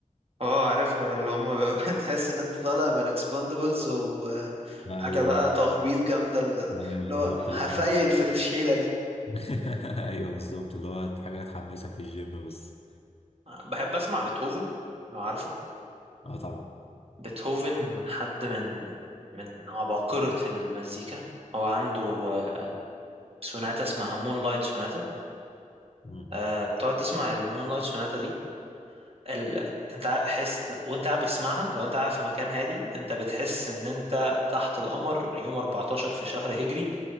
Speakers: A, on the right; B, on the left.
A: اه عارفهم اللي هم بيبقى <laughs> تحس ان انت طالع من اكسباندبلز وحاجه
B: ايوه
A: بقى تخبيط جامده اللي
B: ايوه بالظبط
A: هو
B: اللي
A: هفايل
B: هو
A: في الشيله دي
B: <laughs> ايوه بالظبط اللي هو حاجه تحمسك في الجيم بس
A: بحب اسمع بيتهوفن لو عارفه
B: اه طبعا
A: بيتهوفن حد من من عباقرة المزيكا هو عنده آه، سوناتا اسمها مون لايت سوناتا
B: مم.
A: آه، بتقعد تسمع المون لايت سوناتا دي ال... انت قاعد- حس وانت قاعد بتسمعها لو انت قاعد في مكان هادي انت بتحس ان انت تحت القمر يوم 14 في شهر هجري